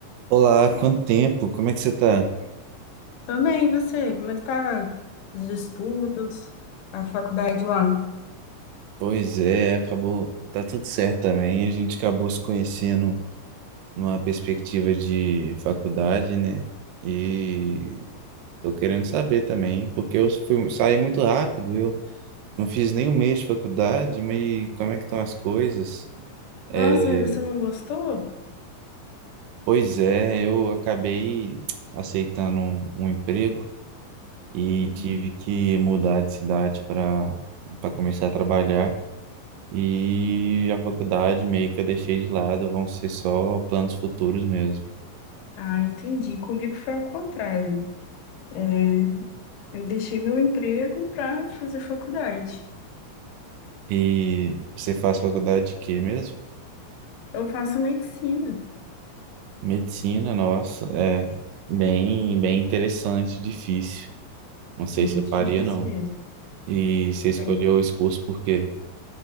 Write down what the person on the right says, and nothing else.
Olá, quanto tempo? Como é que você tá?
Pois é, acabou, tá tudo certo também. A gente acabou se conhecendo numa perspectiva de faculdade, né? E tô querendo saber também, porque eu fui, saí muito rápido, eu não fiz nem um mês de faculdade, mas como é que estão as coisas? É,
pois é, eu acabei <tsk> aceitando um, um emprego e
tive que mudar de cidade para para começar a trabalhar. E a faculdade meio que eu deixei de lado, vão ser só planos futuros mesmo.
E você faz faculdade de quê mesmo?
Medicina, nossa, é bem, bem interessante, difícil. Não sei
se eu faria,
não.
E você escolheu
esse curso por quê?